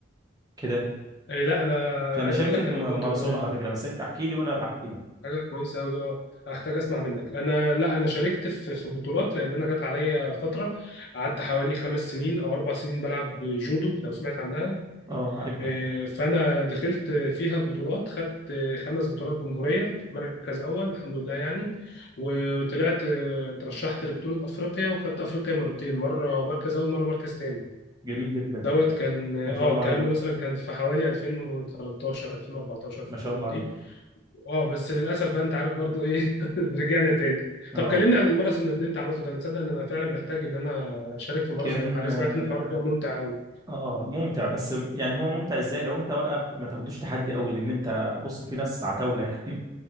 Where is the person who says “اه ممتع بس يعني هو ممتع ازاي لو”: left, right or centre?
Right